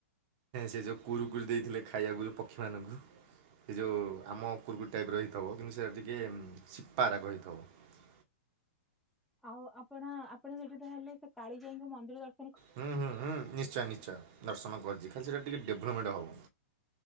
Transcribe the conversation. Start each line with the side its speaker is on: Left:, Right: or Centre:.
Right: ସେ ଯୋଉ କୁରୁକୁରି ଦେଇଥିଲେ ଖାଇବାକୁ ଯୋଉ ପକ୍ଷୀ ମାନଙ୍କୁ। ସେ ଯୋଉ ଆମ କୁୁରକୁରି ଟାଇପର ହେଇଥିବ। କିନ୍ତୁ ସେଟା ଟିକେ ସିପା ରାଗ ହେଇଥିବ।
Centre: ଆଉ ଆପଣ ଆପଣ ସେଠି ତାହେଲେ ସେ କାଳିଜାଇଙ୍କ ମନ୍ଦିର ଦର୍ଶ
Right: ହୁଁ ହୁଁ ହୁଁ ନିଶ୍ଚୟ ନିଶ୍ଚୟ ଦର୍ଶନ କରିଛି। ଖାଲି ସେଇଟା ଟିକେ ଡେଭଲପମେଣ୍ଟ ହବ।